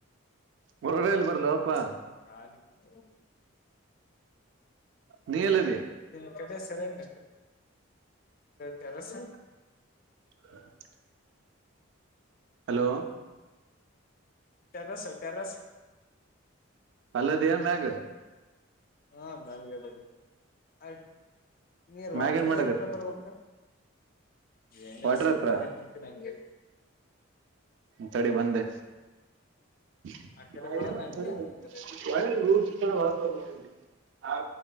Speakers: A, on the right; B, on the left.
A: ಹೊರಗಲ್ಲಿ
B: ಏನ ಇಲ್ಲಪ್ಪ
A: ಬರ್ಲಪ್ಪಾ
B: ನಾನನ್ಸಮ್ಮನೆ ಖಾಲಿ ಪ
A: ನೀ ಎಲ್ಲದೆ
B: ಇ ಕಡೆ ಸೆರೆಂಡ ಟೆರೆಸ್
A: <inaudible> ಹಲೋ
B: ಟೆರೇಸ್ ಟೆರೇಸ್
A: ಅಲ್ಲಿದ್ದೀಯ ಮ್ಯಾಗ
B: ಹಾ ಮೇಲ್ಗಡೆ ಇದೀನಿ ನೀರ್ ವಾಟರ್
A: ಮ್ಯಾಗ ಏನ್ ಮಾಡಕತ್ತಿ
B: ಹತ್ರ ಬರ್ಬೇಕ ಏನನ್
A: ವಾಟ್ರ
B: ಸುಮ್ನೆ
A: ಹತ್ರ
B: ಕುಂತ ನಂಗೆ
A: ತಡಿ ಬಂದೆ ನ
B: ಆ ಕಡೆ ಬಾ ನಾನು ಮೇಲ್ಗಡೆ
A: ಚಿ
B: ಇರ್ತೀನಿ
A: ಹ